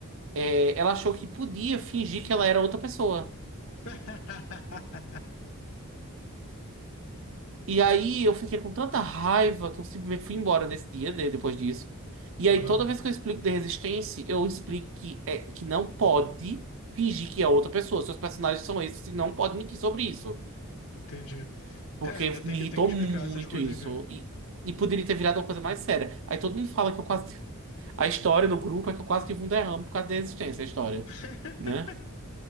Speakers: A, on the right; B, on the left.
A: eh, ela achou que podia fingir que ela era outra pessoa.
B: <laughs>
A: E aí eu fiquei com tanta raiva que eu simplesmente fui embora nesse dia, né, depois disso. E
B: Aham.
A: aí, toda vez que eu explico de resistência, eu explico que, é, que não pode fingir que é outra pessoa. Seus personagens são esses e não pode mentir sobre isso.
B: Entendi.
A: Porque
B: É, tá- tem
A: me
B: que,
A: irritou
B: tem que explicar
A: muito
B: essas coisas
A: isso.
B: mesmo.
A: E, e poderia ter virado uma coisa mais séria. Aí todo mundo fala que eu quase A história do grupo é que eu quase tive um derrame por causa da existência, a história,
B: <laughs>
A: né?